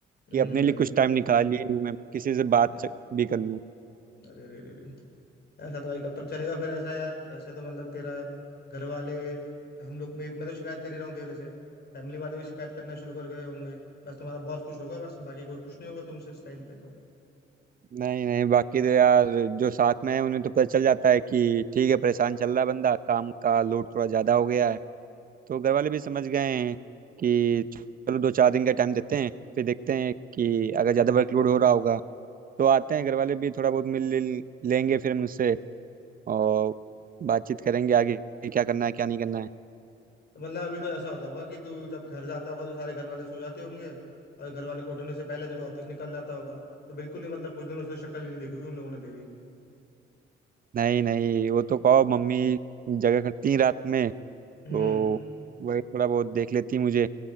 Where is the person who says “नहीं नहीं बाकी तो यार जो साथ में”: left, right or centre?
Right